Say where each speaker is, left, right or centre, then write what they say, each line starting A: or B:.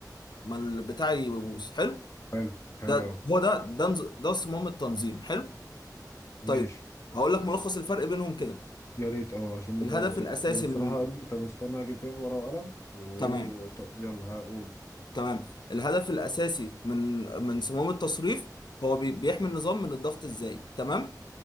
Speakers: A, on the left; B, on the left.
A: ما البتاع يبوظ حلو
B: حلو حلو
A: ده
B: اه
A: هو ده ده نز- ده صمام التنظيم حلو
B: ماشي
A: طيب هقول لك ملخص الفرق بينهم كده
B: يا ريت اه عشان ممكن
A: الهدف
B: أسيب.
A: الاساسي
B: يعني الصراحة
A: من
B: طب استنى اجيب كده ورقة وقلم وايه
A: تمام
B: و... طب يلا هقول
A: تمام الهدف الأساسي من من صمام التصريف هو بي- بيحمي النظام من الضغط الزايد تمام